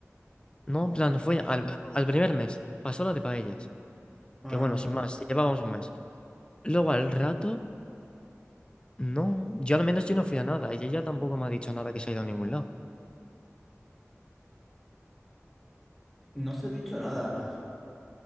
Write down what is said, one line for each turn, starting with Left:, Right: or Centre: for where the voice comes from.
Left: no,
Centre: Uf,
Left: en plan, no fue al, al primer mes, pasó lo de paellas.
Centre: ah.
Left: Que bueno, sin más, llevábamos un mes. Luego al rato, no. Yo al menos yo no fui a nada y ella tampoco me ha dicho nada que se ha ido a ningún lado.
Centre: No se ha dicho nada.